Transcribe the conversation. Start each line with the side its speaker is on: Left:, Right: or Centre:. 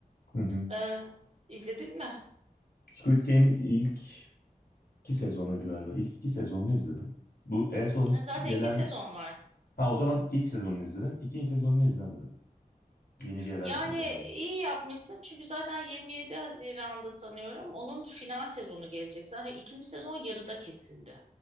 Left: Hı hı.
Right: Ee, izledin mi?
Left: Squid Game ilk iki sezonuydu galiba. İlk iki sezonunu izledim. Bu en son
Right: E, Zaten
Left: gelen...
Right: iki sezon var.
Left: Ha o zaman ilk sezonunu izledim. İkinci sezonunu izlemedim. Yeni gelen
Right: Yani
Left: sezonunu.
Right: iyi yapmışsın çünkü zaten 27 Haziran'da sanıyorum onun final sezonu gelecek. Zaten ikinci sezon yarıda kesildi.